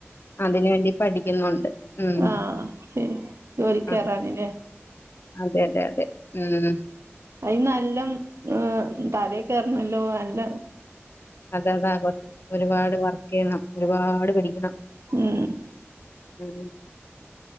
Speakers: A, on the left (about 55°); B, on the right (about 70°).
A: അതിന് വേണ്ടി പഠിക്കുന്നുണ്ട്. ഉം
B: ആഹ് ശരി ജോലിക്കേറാനില്ലേ.
A: ആഹ് അതെ അതെ അതെ ഉം.
B: അയി നല്ലം തലേ കേറണല്ലോ അല്ല.
A: അതാതാ <unintelligible> ഒരുപാട് വർക്ക്യ്യണം ഒരുപാട് പിടിക്കണം.
B: ഉം.
A: ഉം